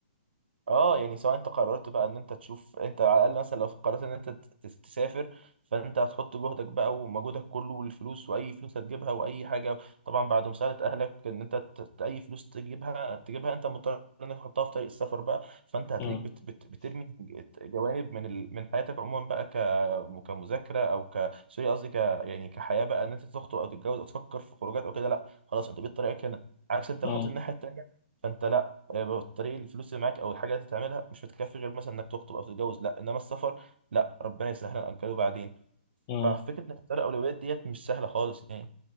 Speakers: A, on the right; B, on the left.
A: اه يعني سواء انت قررت بقى ان انت تشوف انت على الاقل مثلا لو قررت ان انت ت- ت- تسافر فانت هتحط جهدك بقى ومجهودك كله والفلوس واي فلوس هتجيبها واي حاجه طبعا بعد مساعده اهلك ان انت ت- ت- اي فلوس تجيبها تجيبها انت مضطر انك تحطها في طريق السفر بقى فانت هتلاقيك
B: مم.
A: بت بت بترمي ج- جوانب من ال من حياتك عموما بقى ك كمذاكره او ك سوري قصدي ك يعني كحياه بقى ان انت تخطب او تتجوز او تفكر في خروجات او كده لا خلاص انت بقيت طريقك هنا عكس انت
B: مم.
A: لو حاطط الناحيه التانيه فانت لا آه، بالطريق الفلوس اللي معاك او الحاجه اللي تعملها مش هتكفي غير مثلا انك تخطب او تتجوز لا انما السفر لا ربنا يسهلها نأجله بعدين
B: مم.
A: ففكره نختار الاولويات ديت مش سهله خالص يعني